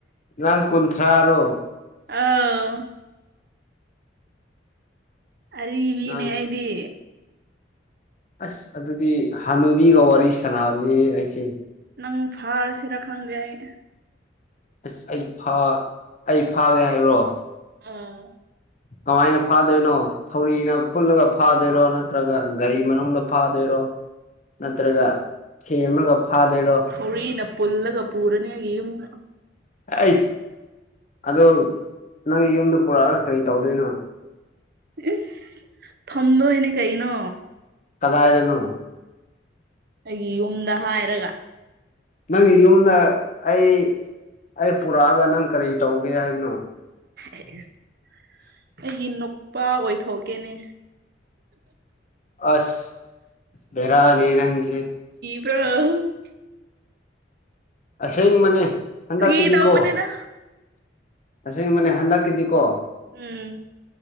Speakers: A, on the left (about 40°); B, on the right (about 55°).
A: ꯅꯪ ꯀꯨꯟꯊ꯭ꯔꯥꯔꯣ
B: ꯑꯥꯎ ꯑꯔꯤꯕꯅꯦ
A: ꯅꯪ
B: ꯑꯩꯗꯤ
A: ꯑꯁ ꯑꯗꯨꯗꯤ ꯍꯅꯨꯕꯤꯒ ꯋꯥꯔꯤ ꯁꯥꯟꯅꯕꯅꯤ ꯑꯩꯁꯦ
B: ꯅꯪ ꯐꯥꯔ ꯁꯤꯔ ꯈꯪꯗꯦ ꯑꯩ
A: ꯑꯁ ꯑꯩ ꯑꯩ ꯐꯥꯒꯦ ꯍꯥꯏꯕ꯭ꯔꯣ
B: ꯑ
A: ꯀꯃꯥꯏꯅ ꯐꯥꯗꯣꯏꯅꯣ ꯊꯧꯔꯤꯅ ꯐꯜꯂꯒ ꯐꯥꯗꯣꯏꯔꯣ ꯅꯠꯇ꯭ꯔꯒ ꯒꯥꯔꯤ ꯃꯅꯨꯡꯗ ꯐꯥꯗꯣꯏꯔꯣ ꯅꯠꯇ꯭ꯔꯒ ꯊꯦꯝ ꯑꯃꯒ ꯐꯥꯗꯣꯏꯔꯣ
B: ꯊꯧꯔꯤꯅ ꯄꯨꯜꯂꯒ ꯄꯨꯔꯅꯤ ꯑꯩꯒꯤ ꯌꯨꯝꯗ
A: ꯑ ꯑꯗꯨ ꯅꯪꯒꯤ ꯌꯨꯝꯗ ꯄꯨꯔꯛꯑꯒ ꯀꯔꯤ ꯇꯧꯗꯣꯏꯅꯣ
B: ꯏꯁ ꯊꯝꯗꯣꯏꯅꯦ ꯀꯩꯅꯣ
A: ꯀꯗꯥꯏꯗꯅꯣ
B: ꯑꯩꯒꯤ ꯌꯨꯝꯗ ꯍꯥꯏꯔꯒ
A: ꯅꯪꯒꯤ ꯌꯨꯝꯗ ꯑꯩ ꯑꯩ ꯄꯨꯔꯛꯑꯒ ꯅꯪ ꯀꯔꯤ ꯇꯧꯒꯦ ꯍꯥꯏꯕꯅꯣ
B: ꯑꯦꯁ ꯑꯩꯒꯤ ꯅꯨꯄꯥ ꯑꯣꯏꯊꯣꯛꯀꯦꯅꯦ
A: ꯑꯁ ꯦꯔꯥ ꯅꯔꯅꯤꯁꯦ
B: ꯔ꯭ꯔꯎ
A: ꯑꯁ ꯏꯪ ꯃꯅꯦ ꯍꯟꯗ
B: ꯐꯥꯒꯤ
A: ꯇꯤꯗꯤꯀꯣ
B: ꯇꯧꯕꯅꯦꯗ
A: ꯇꯁꯦꯡꯕꯅꯦ ꯍꯟꯗꯛꯀꯤꯗꯤꯀꯣ
B: ꯎꯝ